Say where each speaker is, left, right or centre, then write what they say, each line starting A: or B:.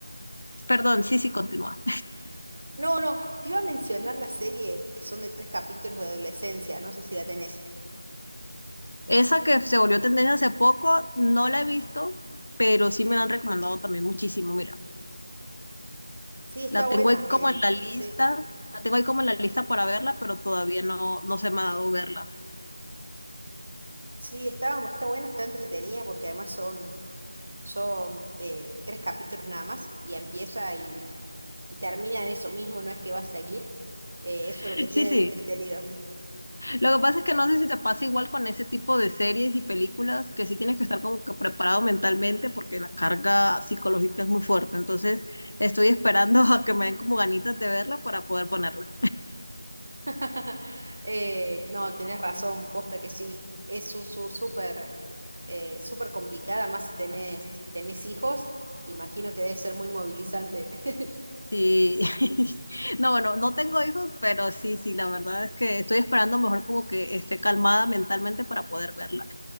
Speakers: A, on the left (about 75°); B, on the right (about 40°).
A: perdón, sí, sí, continúa.
B: No, no, te iba a mencionar la serie que son de tres capítulos de adolescencia, no sé si la tenés.
A: Esa que se volvió tendencia hace poco, no la he visto, pero sí me la han recomendado también muchísimo, mira.
B: Sí, está
A: La
B: buena,
A: tengo ahí como
B: em,
A: en la lista,
B: sí,
A: la tengo ahí como en la lista para verla, pero todavía no, no se me ha dado verla.
B: sí, está, está buena, está entretenida porque además son, son eh, tres capítulos nada más y empieza y, y termina en eso mismo, no es que va a seguir, eh, eso
A: <laughs>
B: es lo que tiene
A: Sí, sí.
B: de entretenido.
A: Lo que pasa es que no sé si te pasa igual con ese tipo de series y películas, que sí tienes que estar como que preparado mentalmente porque la carga psicológica es muy fuerte. Entonces, estoy esperando <laughs> a que me den como ganitas de verla para poder ponerla.
B: <laughs> Eh, no, tenés razón, posta que sí, es su, su- súper eh, súper complicada, más si tenés, si tenés hijos, imagino que debe ser muy movilizante. <laughs>
A: Sí. <laughs> No, bueno, no tengo hijos, pero sí, sí, la verdad es que estoy esperando mejor como que esté calmada mentalmente para poder verla.